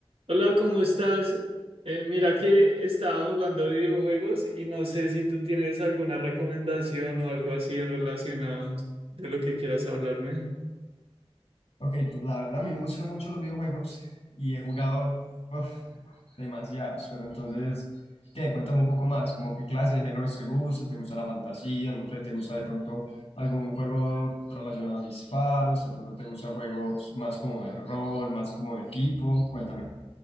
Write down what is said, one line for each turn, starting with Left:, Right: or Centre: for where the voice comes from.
Right: Hola, ¿cómo estás? Eh, mira que estaba jugando videojuegos y no sé si tú tienes alguna recomendación o algo así relacionado de lo que quieras hablarme.
Left: Ok, pues la verdad a mí me gustan mucho los videojuegos y he jugado uf, demasiados, pero entonces, ¿qué? Cuéntame un poco más, como qué clase de géneros te gusta, te gusta la fantasía, no sé, te gusta de pronto algún juego relacionado a disparos, de pronto te gustan juegos más como de rol, más como de equipo, cuéntame.